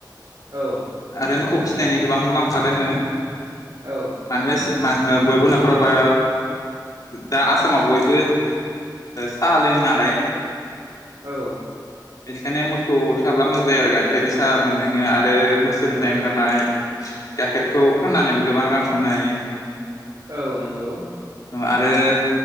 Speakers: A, on the right (about 55°); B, on the left (about 50°).
A: औ।
B: आरो मोखौ फिसिनायनि गोबां मुलाम्फा दोङो।
A: औ।
B: मानोबा बयबो न'खराव बा दा आसामाव बयबो साहा लोङो नालाय।
A: औ।
B: बेनिखायनो मोसौ थाब्ला मोजां जायो आरो गाइखेरनि साहा मोनलोङो आरो मोसौनिफ्राय ओंखारनाय गाइखेरखौ फाननानैबो गोबां रां मोननो हायो।
A: औ नंगौ।
B: आरो